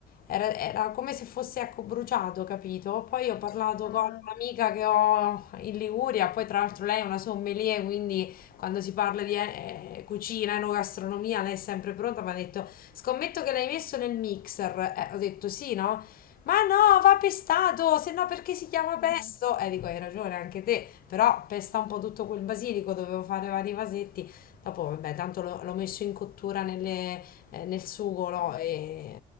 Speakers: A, on the left; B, on the left.
A: era, era come se fosse ecco, bruciato, capito? Poi ho parlato
B: Ah,
A: con un'amica che ho in Liguria, poi tra l'altro lei è una sommelier, quindi quando si parla di eh, cucina, enogastronomia, lei è sempre pronta, mi ha detto, scommetto che l'hai messo nel mixer, Eh, ho detto sì, no? Ma no, va pestato, se no perché si chiama
B: eh,
A: pesto? Eh, dico, hai ragione anche te, però pesta un po' tutto quel basilico, dovevo fare vari vasetti. Dopo, vabbè, tanto l'ho l'ho messo in cottura nelle- eh, nel sugo, no?
B: eh.
A: E